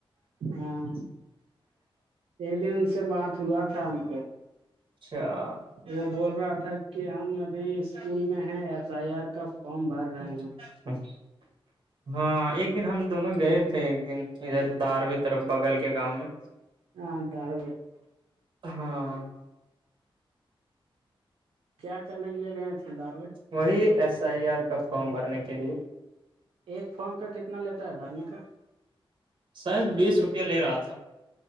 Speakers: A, on the right; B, on the right.
A: ہاں ایک دن ان سے بات ہوا تھا ان کو
B: اچھا <unintelligible>
A: وہ بول رہا تھا کہ ہم ابھی اسکول میں ہے ایف آئی آر کا فارم بھر رہے
B: ا
A: ہیں
B: ا <unintelligible> ہاں ایک دن ہم دونوں گئے تھے ایک دن ادھر دارویں طرف بغل کے گاؤں میں
A: ہاں در ب <unintelligible>
B: ہاں <unintelligible>
A: کیا کرنے کے لیے گئے تھ دارو
B: وہی ایس آئی آر کا فارم بھرنے کے لیے
A: ایک فارم کا کتنا لیتا ہے بھرنے کا
B: شاید بیس روپیہ لے رہا تھا